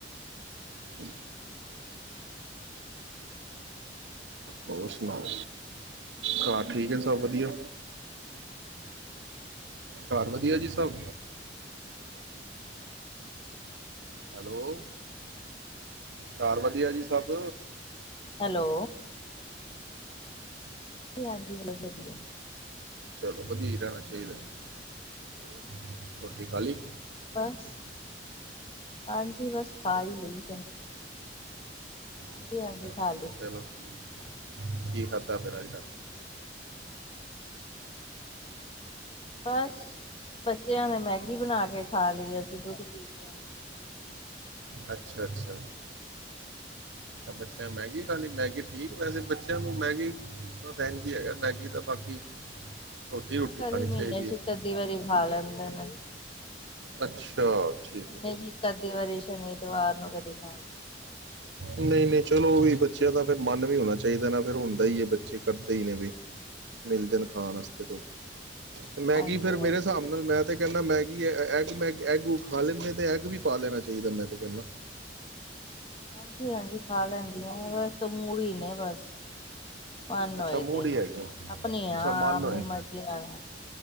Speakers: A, on the right; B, on the left.
A: ਠੀਕ। ਹੋਰ ਸੁਣਾਓ ਘਰ ਠੀਕ ਹੈ ਸਭ ਵਧੀਆ ਘਰ ਵਧੀਆ ਜੀ ਸਭ?
B: ਅ
A: ਹੈਲੋ ਘਰ ਵਧੀਆ ਜੀ ਸਭ?
B: ਹੈਲੋ। ਹਾਂਜੀ <unintelligible>
A: ਚਲੋ ਵਧੀਆ ਰਹਿਣਾ ਚਾਹੀਦਾ। ਹੋਰ ਰੋਟੀ ਖਾਲੀ?
B: ਬਸ। ਹਾਂਜੀ ਬਸ ਖਾ ਹੀ ਲਈ ਹਾਂਜੀ
A: ਅੱਛਾ
B: ਹਾਂਜੀ
A: ਅੱਛਾ
B: ਖਾ ਲੀ।
A: ਚਲੋ ਠੀਕ ਕੀ ਖਾਧਾ ਫੇਰ ਅੱਜ ਰਾਤੀ?
B: <inaudible> ਬਸ ਬੱਚਿਆਂ ਨੇ ਮੈਗੀ ਬਣਾ ਕੇ ਖਾ ਲਈ ਅਸੀ ਦੁੱਧ ਪੀ ਲਿਆ।
A: ਅੱਛਾ ਅੱਛਾ ਅੱਛਾ ਬੱਚਿਆਂ ਮੈਗੀ ਖਾਲੀ ਮੈਗੀ ਠੀਕ ਵੈਸੇ ਬੱਚਿਆਂ ਨੂੰ ਮੈਗੀ ਬਸ ਇੰਝ ਈ ਹੈਗਾ ਮੈਗੀ ਦਾ ਬਾਕੀ ਰੋਟੀ
B: ਬਹੁਤਾ
A: ਰੋਟੀ ਖਾਣੀ
B: ਨਹੀਂ ਕਦੀ
A: ਚਾਹੀਦੀ
B: ਮਹੀਨੇ ਚ
A: ਹੈ
B: ਇੱਕ ਅੱਧੀ ਵਾਰੀ ਖਾ ਲੈਂਦੇ ਨੇ।
A: ਅੱਛਾ। ਠੀਕ
B: ਮਹੀਨੇ
A: ਹੈ ਠੀਕ।
B: ਚ ਇੱਕ ਅੱਧੀ ਵਾਰੀ ਸ਼ਨੀ ਇਤਵਾਰ ਨੂੰ ਕਦੇ ਖਾਦੀ ਬਣਾ ਕੇ।
A: ਨਹੀਂ ਨਹੀਂ ਚਲੋ ਵੀ ਬੱਚਿਆਂ ਦਾ ਫਿਰ ਮਨ ਵੀ ਹੋਣਾ ਚਾਹੀਦਾ ਨਾ ਫਿਰ ਹੁੰਦਾ ਹੀ ਹੈ ਬੱਚੇ ਕਰਦੇ ਹੀ ਨੇ ਵੀ ਮਿਲ ਜਾਣ ਖਾਣ ਵਾਸਤੇ ਕੋਈ। ਮੈਗੀ
B: ਹਾਂਜੀ
A: ਫੇਰ
B: ਹਾਂਜੀ
A: ਮੇਰੇ ਹਿਸਾਬ ਨਾਲ ਮੈਂ ਤੇ ਮੈਗੀ ਐਗ ਮੈ ਐਗ ਖਾ ਲੈਂਦੇ ਤੇ ਐਗ ਵੀ ਪਾ ਲੈਨਾ ਚਾਹੀਦਾ ਮੈਂ ਤਾਂ ਕਹਿਣਾ।
B: ਹਾਂਜੀ ਹਾਂਜੀ ਖਾ ਲੈਂਦੀਆਂ ਮੂੜੀ ਨੇ ਬਸ। ਮਨ
A: ਅੱਛਾ
B: ਹੋਏ
A: ਮੂਡ
B: ਤੇ
A: ਹੀ ਹੈਗਾ
B: ਆਪਣੀ ਆ
A: ਅੱਛਾ ਮਨ
B: ਆਪਣੀ
A: ਹੋਏ
B: ਮਰਜ਼ੀ ਨਾਲ।